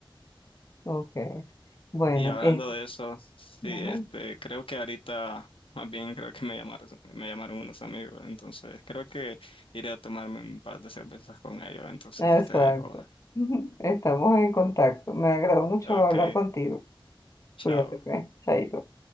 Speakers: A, on the left; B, on the left.
A: Ok. Bueno,
B: Y hablando
A: eh,
B: de eso, sí,
A: ajá.
B: este, creo que ahorita, más bien creo que me llamaron, me llamaron unos amigos, entonces creo que iré a tomarme un par de cervezas con ellos, entonces
A: Exacto.
B: te dejo.
A: <laughs> Estamos en contacto. Me agradó mucho
B: Ok,
A: hablar contigo.
B: chao.
A: Cuídate, pues. Chaito.